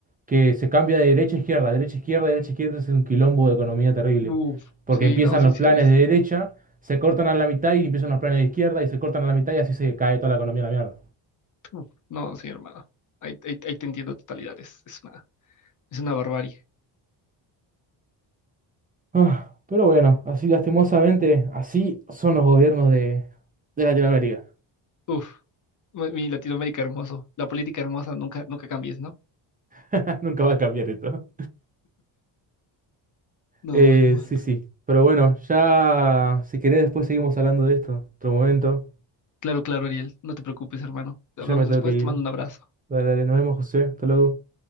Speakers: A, on the right; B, on the left.
A: que se cambia de derecha a izquierda, derecha a izquierda, derecha a izquierda, es un quilombo de economía terrible.
B: Uf,
A: Porque
B: sí,
A: empiezan
B: no, sí,
A: los
B: sí
A: planes
B: lo viste.
A: de derecha, se cortan a la mitad y empiezan los planes de izquierda y se cortan a la mitad y así se cae toda la economía a la mierda.
B: Uf, no, sí, hermano. Ahí, ahí- ahí te entiendo totalidad. Es, es una, es una barbarie.
A: Ah, pero bueno, así lastimosamente, así son los gobiernos de, de Latinoamérica.
B: Uf, mi mi Latinoamérica hermoso. La política hermosa, nunca, nunca cambies, ¿no?
A: <laughs> Nunca va a cambiar esto.
B: No,
A: Eh,
B: hermano.
A: sí, sí. Pero bueno, ya si querés después seguimos hablando de esto. Otro momento.
B: Claro, claro, Ariel. No te preocupes, hermano. Hablamos
A: Ya me tengo
B: después.
A: que ir.
B: Te mando un abrazo.
A: Dale, dale, nos vemos, José. Hasta luego.